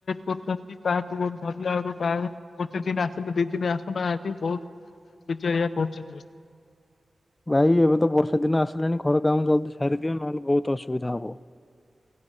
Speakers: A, on the left; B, on the left.
A: କରୁଛନ୍ତି ତାହା ତୁ ଗହୁ ଭଲ ଲାଗୁହା <unintelligible> ଗୋଟେ ଦିନ ଆସିଲେ ଦି ଦିନ ଆସୁନାହାଁନ୍ତି ବହୁତ ବିଚାରିଆ କରୁଛନ୍ତି।
B: ଭାଇ ଏବେ ତ ବର୍ଷା ଦିନ ଆସିଲାଣି ଘର କାମ ଜଲଦି ସାରିଦିଅ ନହେଲେ ବହୁତ ଅସୁବିଧା ହବ।